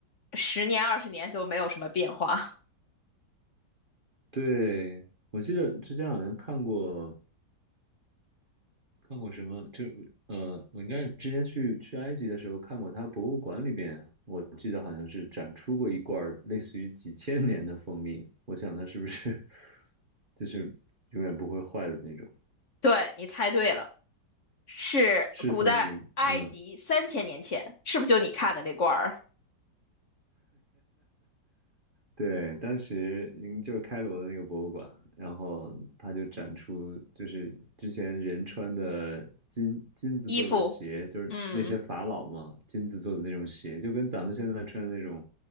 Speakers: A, on the left (about 50°); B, on the right (about 35°).
A: 十年二十年都没有什么变化。
B: 对，我记得之前好像看过看过什么，就呃，我应该是之前去去埃及的时候看过它博物馆里边，我记得好像是展出过一罐儿类似于几千年的蜂蜜，我想它是不是 <laughs> 就是永远不会坏的那种，
A: <laughs> 对，你猜对了，是古代埃及三千年前，
B: 是蜂蜜，嗯。
A: 是不是就你看的那罐儿
B: 对，当时嗯就是开罗的那个博物馆，然后它就展出就是之前人穿的金金子做的鞋，
A: 衣服？
B: 就是那些法老嘛，
A: 嗯，
B: 金子做的那种鞋，就跟咱们现在穿的那种